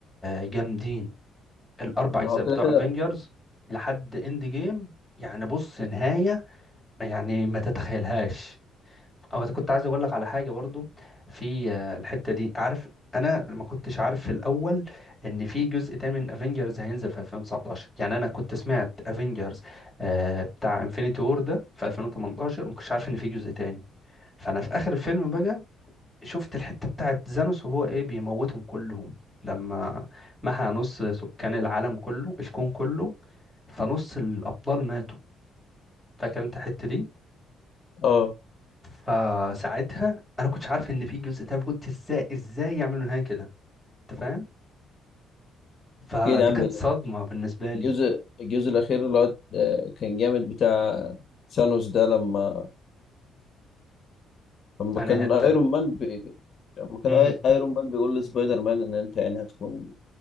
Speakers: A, in the centre; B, on the left.
A: جامدين الاربع
B: ما
A: اجزاء
B: هو كده
A: بتوع
B: كده
A: افنجرز لحد اند جيم يعني بص نهاية يعني ما تتخيلهاش او كنت عايز اقول لك على حاجه برضو في آه، الحته دي عارف انا ما كنتش عارف في الاول ان في جزء تاني من افنجرز هينزل في 2019 يعني انا كنت سمعت افنجرز بتاع انفينيتي وور ده في 2018 وما كنتش عارف ان في جزء تاني فانا في اخر الفيلم بقى شفت الحته بتاعت زانوس وهو ايه بيموتهم كلهم لما محى نص سكان العالم كله الكون كله فنص الابطال ماتوا فاكر انت الحته دي
B: اه
A: فساعتها انا كنتش عارف ان في جزء تاني قلت ازاي ازاي يعملوا نهايه كده انت فاهم فدي
B: كده يا عم
A: كانت صدمه بالنسبه لي
B: الجزء الجزء الاخير اللي هو آه، كان جامد بتاع ثانوس ده لما لما
A: انا
B: كان
A: حته
B: ايرون مان بي... لما كان
A: امم
B: آي... ايرون مان بيقول لسبايدر مان ان انت يعني هتكون